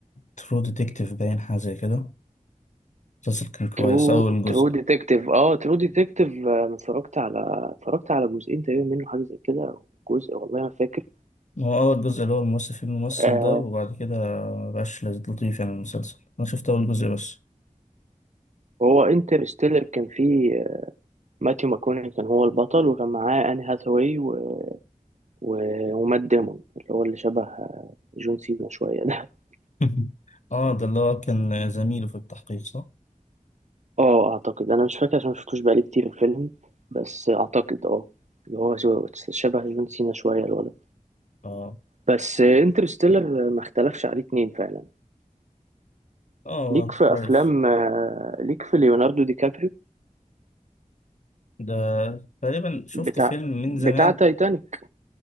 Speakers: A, on the left (about 60°); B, on the right (about 60°).
A: ترو ديتكتيف باين حاجه زي كده المسلسل كان كويس
B: ترو
A: اول جزء
B: ترو ديتكتيف اه ترو ديتكتيف انا اتفرجت على اتفرجت على جزئين تقريبا منه حاجه زي كده أو جزء والله ما فاكر
A: هو اول جزء اللي هو الممثل فيه الممثل
B: آه
A: ده وبعد كده مبقاش لطيف يعني المسلسل انا شفت اول جزء بس
B: هو انترستيلر كان فيه آه، ماثيو ماكوني كان هو البطل وكان معاه آن هاثاواي و... و... ومات ديمون اللي هو اللي شبه آه، جون سينا شوية ده <laughs>
A: <laughs> اه ده اللي هو كان زميله في التحقيق صح
B: اه اعتقد انا مش فاكر عشان مشفتوش بقالي كتير الفيلم بس اعتقد اه اللي هو جو- شبه جون سينا شوية الولد
A: اه
B: بس انترستيلر ما اختلفش عليه اتنين فعلا
A: اه
B: ليك في
A: كويس
B: افلام آه، ليك في ليوناردو دي كابريو
A: ده تقريبا شفت
B: بتاع
A: فيلم من
B: بتاع
A: زمان
B: تايتانيك